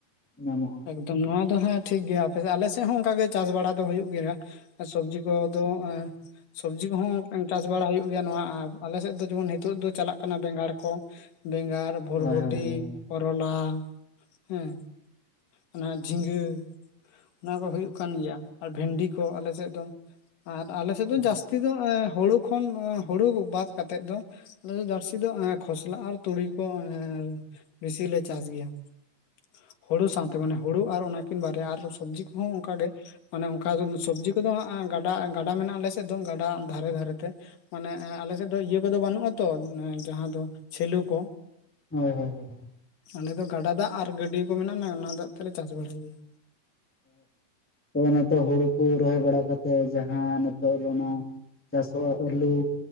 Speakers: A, in the centre; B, on the left (about 75°).
A: ᱧᱟᱢᱚᱜᱼᱟ ᱾
B: ᱟᱫᱚ ᱱᱚᱣᱟ ᱫᱚ ᱦᱮ ᱴᱷᱤᱠ ᱜᱮᱭᱟ ᱟᱯᱮ ᱟᱞᱮ ᱥᱮᱫ ᱦᱚᱸ ᱚᱱᱠᱟᱜ ᱜᱮ ᱪᱟᱥ ᱵᱟᱲᱟ ᱫᱚ ᱦᱩᱭᱩᱜ ᱜᱮᱭᱟ ᱾ ᱥᱚᱵᱽᱡᱤ ᱠᱚᱫᱚ ᱮᱸ ᱥᱚᱵᱽᱡᱤ ᱠᱚᱦᱚᱸ ᱪᱟᱥ ᱵᱟᱲᱟ ᱦᱩᱭᱩᱜ ᱜᱮᱭᱟ ᱱᱚᱣᱟ ᱟᱞᱮ ᱥᱮᱫ ᱫᱚ ᱡᱮᱢᱚᱱ ᱱᱤᱛᱚᱜ ᱫᱚ ᱪᱟᱞᱟᱜ ᱠᱟᱱᱟ ᱵᱮᱸᱜᱟᱲ ᱠᱚ ᱾ ᱵᱮᱸᱜᱟᱲ, ᱵᱷᱚᱨᱵᱷᱚᱴᱤ,
A: ᱦᱳᱭ ᱦᱳᱭ ᱦᱳᱭ
B: ᱠᱚᱨᱚᱞᱟ ᱦᱮᱸ ᱾ ᱚᱱᱟ ᱡᱷᱤᱸᱜᱟᱹ ᱚᱱᱟᱠᱚ ᱦᱩᱭᱩᱜ ᱠᱟᱱ ᱜᱮᱭᱟ ᱾ ᱟᱨ ᱵᱷᱮᱱᱰᱤ ᱠᱚ ᱟᱞᱮᱥᱮᱫ ᱫᱚ ᱟᱨ ᱟᱞᱮᱥᱮᱫ
A: ᱦᱩᱸ
B: ᱫᱚ ᱡᱟᱹᱥᱛᱤ ᱫᱚ, ᱮᱸ ᱦᱩᱲᱩ ᱠᱷᱚᱱ ᱦᱩᱲᱩ ᱵᱟᱛ ᱠᱟᱛᱮᱫ ᱫᱚ ᱟᱞᱮ ᱡᱟᱹᱨᱥᱤ ᱫᱚ ᱠᱷᱚᱥᱞᱟ ᱟᱨ ᱛᱩᱲᱤ ᱠᱚ ᱮ ᱵᱮᱥᱤᱞᱮ ᱪᱟᱥ ᱜᱮᱭᱟ ᱾ ᱦᱩᱲᱩ ᱥᱟᱶᱛᱮ ᱢᱟᱱᱮ ᱦᱩᱲᱩ ᱟᱨ ᱚᱱᱟᱠᱤᱱ ᱵᱟᱨᱭᱟ ᱟᱨ ᱥᱚᱵᱽᱡᱤ ᱠᱚᱦᱚᱸ ᱚᱱᱠᱟᱜᱮ ᱾ ᱚᱱᱮ ᱚᱱᱠᱟ ᱥᱚᱵᱽᱡᱤ ᱠᱚᱫᱚ ᱦᱟᱸᱜ ᱜᱟᱰᱟ ᱜᱟᱰᱟ ᱢᱮᱱᱟᱜᱼᱟ ᱟᱞᱮ ᱥᱮᱫ ᱫᱚ ᱜᱟᱰᱟ ᱫᱷᱟᱨᱮ ᱫᱷᱟᱨᱮᱛᱮ ᱾ ᱢᱟᱱᱮ ᱟᱞᱮ ᱥᱮᱫ ᱫᱚ ᱤᱭᱟᱹ ᱠᱚᱫᱚ ᱵᱟᱹᱱᱩᱜᱼᱟ ᱛᱚ ᱡᱟᱦᱟᱸ ᱫᱚ ᱥᱮᱞᱩ ᱠᱚ᱾
A: ᱦᱳᱭ ᱦᱳᱭ ᱦᱳᱭ
B: ᱟᱞᱮ ᱫᱚ ᱜᱟᱰᱟ ᱫᱟᱜ ᱟᱨ ᱜᱟᱹᱰᱤᱭᱟᱹ ᱠᱚ ᱢᱮᱱᱟᱜᱼᱟ ᱞᱮ ᱚᱱᱟ ᱫᱟᱜ ᱛᱮᱞᱮ ᱪᱟᱥ ᱵᱟᱲᱟᱭ ᱜᱮᱭᱟ᱾
A: ᱦᱳᱭ ᱱᱤᱛᱚᱜ ᱦᱩᱲᱩ ᱠᱚ ᱨᱚᱦᱚᱭ ᱵᱟᱲᱟ ᱠᱟᱛᱮᱫ ᱡᱟᱦᱟᱸ ᱱᱤᱛᱚᱜ ᱨᱮᱱᱟᱜ ᱪᱟᱥᱚᱜᱼᱟ ᱟᱹᱞᱩ